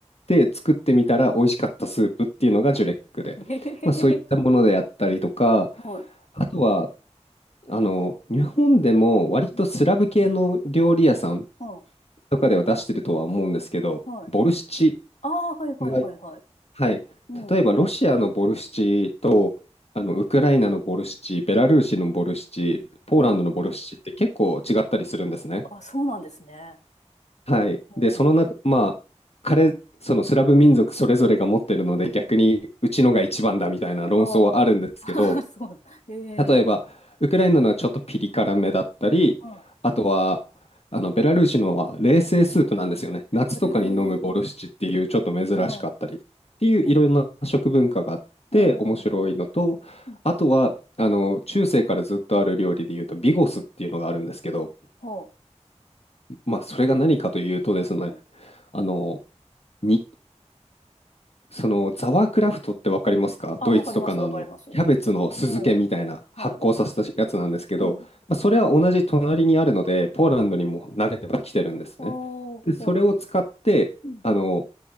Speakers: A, on the left (about 60°); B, on the left (about 75°).
A: て作ってみたら美味しかったスープっていうのがジュレックで、
B: えへへへへ、
A: まあ、そういったものであったりとか、
B: はい、
A: あとは、あの、日本でも割とスラブ系の料理屋さん
B: うんはい、
A: とかでは出してるとは思うんですけど、
B: はい。
A: ボルシチ
B: ああ、はい、はい、
A: が、
B: はい、はい。
A: はい、
B: うん、
A: 例えばロシアのボルシチと、あの、ウクライナのボルシチ、ベラルーシのボルシチ、ポーランドのボルシチって結構違ったりするんですね。
B: うん。あ、そうなんですね。
A: はい。
B: うん。
A: で、その中、まあ、彼、そのスラブ民族それぞれが持ってるので、逆にうちのが一番だみたいな論争はあるんですけど、
B: ああ、<laughs> そうなんだ。え
A: 例えば、ウクライナのはちょっとピリ辛めだったり、
B: は
A: あとは、あのベラルーシのは冷製スープなんですよね。夏とかに飲むボルシチっていうちょっと珍しかったりっていういろんな食文化があって面白いのと、
B: い。ええはい。はい。うん。うん。
A: あとはあの中世からずっとある料理でいうとビゴスっていうのがあるんですけど、
B: は
A: まあそれが何かというとですね、
B: あ。うん。
A: あの、にそのザワークラフトってわかりますかドイツとかのあの、
B: あ、わかります、わかります。う
A: キャベツの酢漬けみたいな発酵させたやつなんですけど、
B: ん。はい。うん。
A: まあ、それは同じ隣にあるので、ポーランドにも投げてはきてるんですね。
B: おー、
A: で、それを使って、
B: はい、はい。うん。
A: あの、